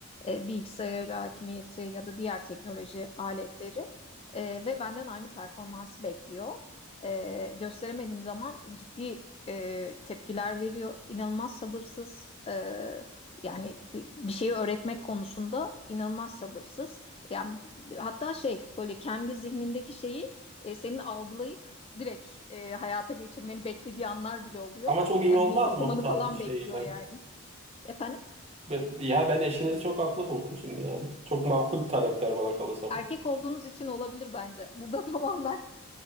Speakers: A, on the left; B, on the right.
A: Ee, bilgisayar hakimiyeti ya da diğer teknoloji aletleri Ee, ve benden aynı performansı bekliyor. Ee, gösteremediğim zaman ciddi e, tepkiler veriyor. İnanılmaz sabırsız. Ee, yani bir, bir şeyi öğretmek konusunda inanılmaz sabırsız. Yani hatta şey böyle kendi zihnindeki şeyi e, senin algılayıp direkt e, hayata geçirmeni beklediği anlar bile oluyor.
B: Ama çok iyi
A: Yani
B: olmaz
A: niyet okumanı
B: mı bu tarz
A: falan
B: bir şey
A: bekliyor
B: yani?
A: yani. Efendim?
B: Be- Ya ben eşinizi çok haklı buldum şimdi yani. Çok makul talepler bana kalırsa bu.
A: Erkek olduğunuz için olabilir bence. Burada <laughs> tamamen